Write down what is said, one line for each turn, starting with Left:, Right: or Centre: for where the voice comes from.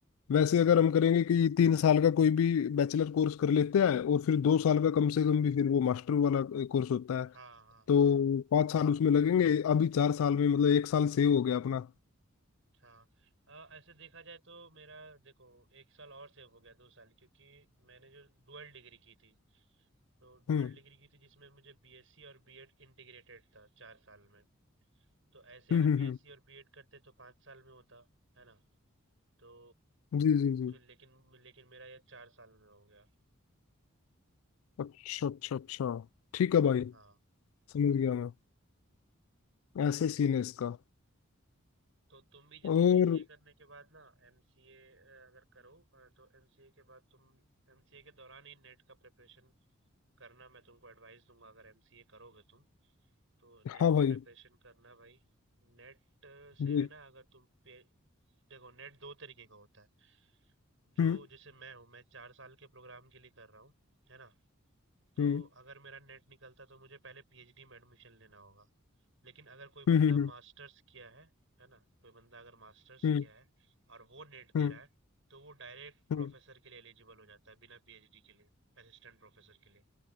Left: वैसे अगर हम करेंगे कि तीन साल का कोई भी बैचलर कोर्स कर लेते हैं और फिर दो साल
Right: हम्म
Left: का कम से कम भी फिर वो मास्टर वाला कोर्स होता है
Right: हाँ हाँ
Left: तो
Right: हाँ
Left: पाँच साल उसमें लगेंगे अभी चार साल में मतलब एक साल सेव हो गया अपना
Right: हाँ अ, ऐसे देखा जाए तो मेरा देखो एक साल और सेव हो गया दो साल क्योंकि मैंने जो डुअल डिग्री की थी तो डुअल
Left: हम्म
Right: डिग्री की थी जिसमें मुझे बीएससी और बीएड इंटीग्रेटेड था चार साल में तो ऐसे
Left: हम्म
Right: अगर
Left: हम्म
Right: बीएससी
Left: हम्म,
Right: और बीएड करते तो पाँच साल में होता है ना तो
Left: जी जी जी
Right: फिर लेकिन लेकिन मेरा ये चार साल में हो गया
Left: अच्छा अच्छा अच्छा ठीक है भाई
Right: हाँ
Left: समझ गया मैं ऐसे
Right: हाँ
Left: सीन है इसका
Right: तो तुम भी जैसे
Left: और
Right: बीसीए करने के बाद ना एमसीए अगर करो अ, तो एमसीए के बाद तुम एमसीए के दौरान ही नेट का प्रिपरेशन करना मैं तुमको एडवाइस दूंगा अगर एमसीए करोगे तुम तो नेट
Left: हाँ
Right: की
Left: भाई
Right: प्रिपरेशन करना भाई नेट से
Left: जी
Right: है ना अगर तुम पे- देखो नेट दो तरीके का होता है जो
Left: हम्म
Right: जैसे मैं हूँ मैं चार साल के प्रोग्राम के लिए कर रहा हूँ है ना तो
Left: हम्म
Right: अगर मेरा नेट निकलता तो मुझे पहले पीएचडी में एडमिशन लेना होगा लेकिन अगर कोई
Left: हम्म
Right: बंदा
Left: हम्म हम्म
Right: मास्टर्स किया है है ना कोई बंदा अगर मास्टर्स
Left: हम्म
Right: किया है और वो नेट दे
Left: हम्म,
Right: रहा है तो वो डायरेक्ट प्रोफेसर
Left: हम्म।
Right: के लिए एलिजिबल हो जाता है बिना पीएचडी के लिए असिस्टेंट प्रोफेसर के लिए